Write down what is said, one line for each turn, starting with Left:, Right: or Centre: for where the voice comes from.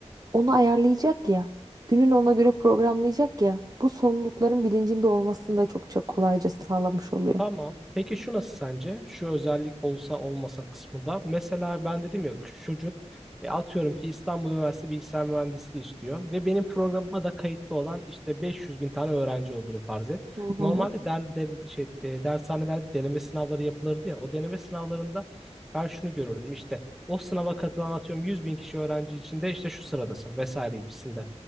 Right: onu ayarlayacak ya. Gününü ona göre programlayacak ya. Bu sorumlulukların bilincinde olmasını da çokça kolayca sağlamış oluyor.
Centre: Tamam. Peki şu nasıl sence? Şu özellik olsa olmasa kısmı da. Mesela ben dedim ya küçük çocuk e, atıyorum ki İstanbul Üniversitesi Bilgisayar Mühendisliği istiyor ve benim programıma da kayıtlı olan işte 500 bin tane öğrenci olduğunu farz et.
Right: Hı hı,
Centre: Normalde den, den- şey, e, dershanelerde deneme sınavları yapılırdı ya. O deneme sınavlarında ben şunu görürdüm işte o sınava katılan atıyorum 100 bin kişi öğrenci içinde işte şu sıradasın vesaire gibisinde.